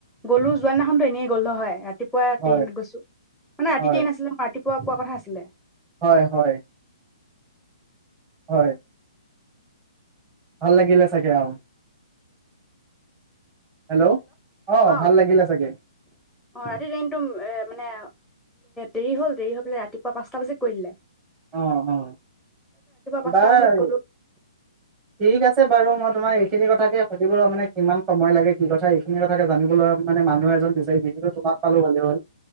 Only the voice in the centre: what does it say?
গলো যোৱাদিনাখনতো এনেই গল হয় ৰাতিপুৱা ট্ৰেইনত
গৈছো মানে ৰাতি
ট্ৰেইন আছিলে মই ৰাতি খোৱা পোৱা কথা আছিলে
অঁ
অ ৰাতি ট্ৰেইনটো এ মানে দেৰি হ'ল দেৰি হ বোলে ৰাতিপুৱা পাঁচটা বাজে কৰিলে
পাঁচটা
বাজিত গ'লো